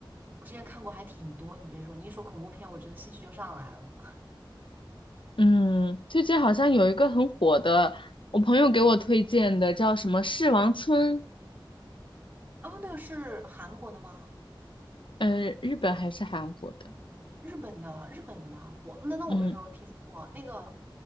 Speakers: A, on the right (about 20°); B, on the left (about 75°).
A: 我之前看过还挺多。你别说，你一说恐怖片，我真的兴趣就上来了。
B: 嗯，最近好像有一个很火的，我朋友给我推荐的，叫什么《狮王村》，
A: 哦，那个是韩国的吗？
B: 嗯、日本还是韩国的？
A: 日本的日本的吗？我那那我没有听说过那个，
B: 嗯